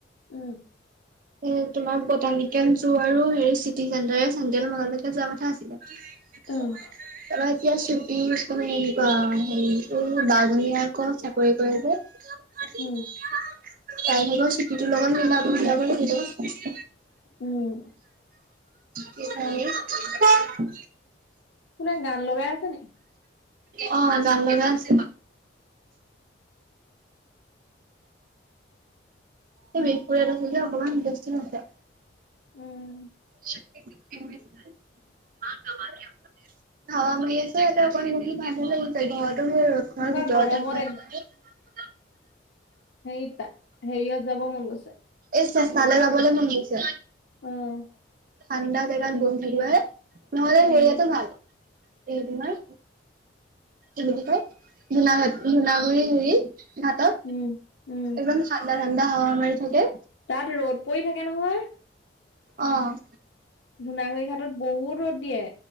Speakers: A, on the left; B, on the right.
A: উম।
B: এ, তোমাৰ বটানিকেল যোৱাৰো হেৰি চিটি চেণ্টাৰ চেটন্ত্ৰেল মটানিকেল যোৱা কথা আছিলে। <unintelligible>
A: উম,
B: এতিয়া শ্বুটিং তুমি এনেকুৱা হেৰি এই বাজনী আকৌ চাকৰি কৰে যে। তাই
A: উম,
B: ভাগৰ চুটীটোৰ লগত মিলা-মিলাব লাগিব।
A: উম।
B: কিহে আৰু।
A: কোনে গান লগাই আছে নি?
B: অ' গান লগাই আছে। সেই বিহপুৰীয়াত আছে যে অকমান ব্যস্ত আছে।
A: উম।
B: <unintelligible> হাৱা মাৰি আছে এতিয়া অকন বহি বাহিৰলৈ গুচি যায় ঘৰত। তম ৰতৰ
A: এনেকুৱা
B: ভিতৰতে
A: গৰমত
B: সোমাই থাকেগে।
A: হেইটা হেৰিয়ত যাব মন গৈছে।
B: এই চা তালৈ
A: কোন?
B: যাবলৈ মন গৈছে।
A: অ',
B: ঠাণ্ডা জেগাত বহি থাকিবাগে, নহ'লে
A: উম,
B: হেৰিয়াতে ভাল এই তোমাৰ কি বুলি কয় ধুনাঘাট, ধুনাগুৰি হুৰি ঘাটত
A: উম, উম,
B: একদম ঠাণ্ডা ঠাণ্ডা হাৱা মাৰি থাকে।
A: তাত ৰ'দ পৰি থাকে নহয়?
B: অ'।
A: ধুনাগুৰিঘাটত বহুত ৰ'দ দিয়ে।